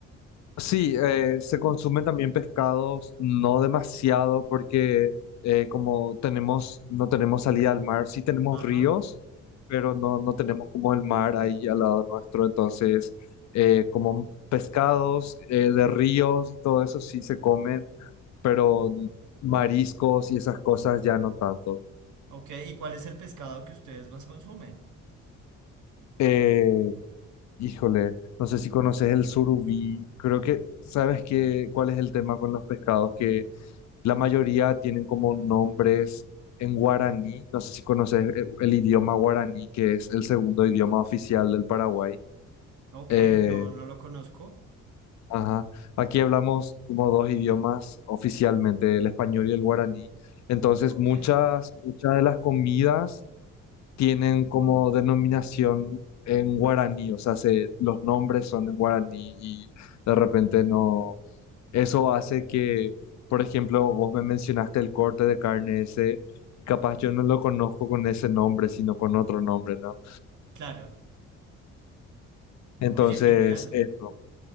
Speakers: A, on the left; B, on the right.
A: Sí, eh, se consumen también pescados, no demasiado porque eh, como tenemos, no tenemos salida al mar, sí tenemos
B: Ajá.
A: ríos, pero no, no tenemos como el mar ahí al lado nuestro, entonces eh, como pescados eh, de ríos y todo eso sí se comen, pero mariscos y esas cosas ya no tanto.
B: Ok, ¿y cuál es el pescado que ustedes más consumen?
A: Eh, híjole, no sé si conoces el surubí, creo que sabes que, cuál es el tema con los pescados que La mayoría tienen como nombres en guaraní. No sé si conoces eh, el idioma guaraní, que es el segundo idioma oficial del Paraguay.
B: Ok,
A: Eh,
B: no, no lo conozco.
A: ajá. Aquí hablamos como dos idiomas oficialmente, el español y el guaraní. Entonces,
B: Ok,
A: muchas, muchas de las comidas tienen como denominación en guaraní, o sea, se- los nombres son en guaraní y de repente no. Eso hace que, por ejemplo, vos me mencionaste el corte de carne ese, y capaz yo no lo conozco con ese nombre, sino con otro nombre, ¿no?
B: claro.
A: Entonces,
B: Oye, genial.
A: eso.